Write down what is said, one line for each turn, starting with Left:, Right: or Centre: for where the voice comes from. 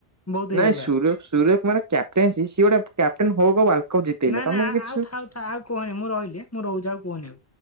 Left: ବହୁତ ହେଇଗଲା
Right: ନାଇଁ ସୁର ସୁରିୟ କୁମାର କ୍ୟାପଟେନ୍ସି ସିଏ ଗୋଟେ କ୍ୟାପଟେନ ହଉ କା ୱାର୍ଲଡ କପ୍ ଜିତେଇଲା
Left: ନା
Right: ତମକୁ
Left: ନା
Right: କିଛି
Left: ଆଉ ଥାଉ ଆଉ କୁହନି ମୁଁ ରହିଲି ଆ ମୁଁ ରହୁଛି ଆଉ କହନି ଆଉ।